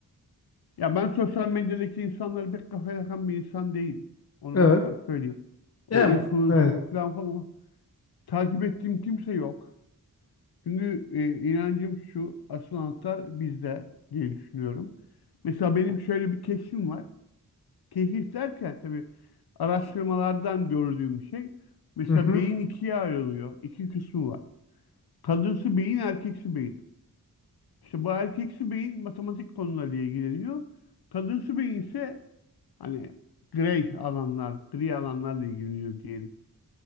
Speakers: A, on the left; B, on the left.
A: ya ben sosyal medyadaki insanları pek kafaya takan bir insan değilim. Onu
B: Evet.
A: baştan söyleyeyim. O
B: Yani
A: influencer
B: evet.
A: falan falan Takip ettiğim kimse yok. Çünkü e, inancım şu, asıl anahtar bizde diye düşünüyorum. Mesela benim şöyle bir keşfim var. Keşif derken tabii araştırmalardan gördüğüm bir şey. Mesela
B: Hı hı.
A: beyin ikiye ayrılıyor. İki kısmı var. Kadınsı beyin, erkeksi beyin. İşte bu erkeksi beyin matematik konularıyla ilgileniyor. Kadınsı beyin ise hani grey alanlar, gri alanlarla ilgileniyor diyelim.